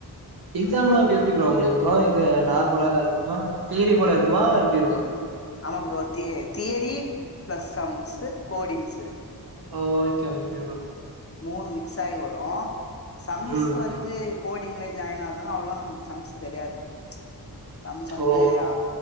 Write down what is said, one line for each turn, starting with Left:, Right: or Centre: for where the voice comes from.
Right: எக்ஸாம்லா இப்ப எப்படி ப்ரோ உங்களுக்கு இருக்கு இது நார்மலா இருக்குமா தியரி போல இருக்குமா எப்டி இருக்கு
Left: ஆமா ப்ரோ த தியரி ப்ளஸ் சம்ஸு கோடிங்ஸு
Right: ஓ ஓகே ஓகே ப்ரோ
Left: மூணு மிக்ஸாயி வரு சம்ஸ்
Right: ம்
Left: வந்து
Right: ம்
Left: கோடிங்ல ஜாயின் ஆக்துனா அவ்ளவோ நம்மளுக் சம்ஸ் தெரியாது சம்ஸ் வந்து
Right: ஓ
Left: ஆ